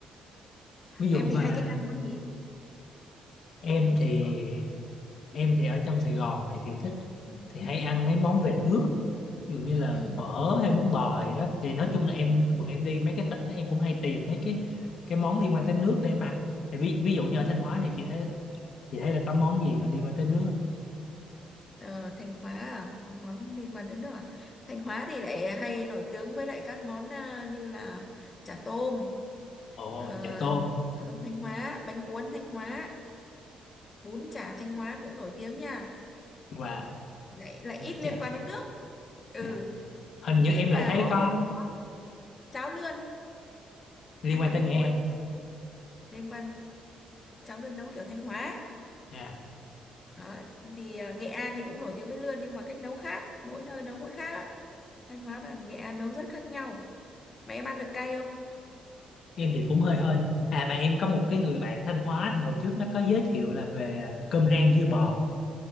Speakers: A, on the left; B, on the left.
A: ví dụ
B: Em
A: mà
B: thì hay thích ăn món gì?
A: em thì
B: Có.
A: em thì ở trong Sài Gòn này thì thích
B: Ừ.
A: thì hay ăn mấy món về nước ví dụ như là
B: Ừ.
A: phở hay bún bò gì đó thì nói chung là em
B: Ừ.
A: thường em đi mấy cái tỉnh em cũng hay tìm mấy cái cái món liên quan tới nước để em ăn thì ví, ví dụ như ở
B: Ừ.
A: Thanh Hóa thì chị thấy chị thấy là có món gì mà liên quan tới nước không?
B: Ờ, Thanh Hóa à? món liên quan tới nước à? Thanh Hóa thì lại hay nổi tiếng với lại các món à, như là chả tôm,
A: ồ
B: ờ,
A: chả tôm
B: chả tôm Thanh Hóa, bánh cuốn Thanh Hóa, bún chả Thanh Hóa cũng nổi tiếng nha.
A: và
B: Lại lại ít
A: chà,
B: liên quan đến nước. Ừ,
A: dạ. hình như
B: nhưng
A: em lại
B: mà
A: thấy
B: có
A: có
B: một món cháo lươn
A: liên
B: ăn
A: quan
B: với
A: tới
B: bánh
A: Nghệ
B: cuốn
A: An
B: liên quan cháo lươn nấu kiểu Thanh Hóa.
A: Dạ.
B: Đó, thì à, Nghệ An thì cũng nổi tiếng với lươn nhưng mà cách nấu khác, mỗi nơi nấu mỗi khác ạ. Thanh Hóa và Nghệ An nấu rất khác nhau. Mà em ăn được cay không?
A: em thì cũng hơi hơi thôi. à mà em có một cái người bạn Thanh Hóa thì hồi trước nó có giới thiệu là về cơm rang dưa bò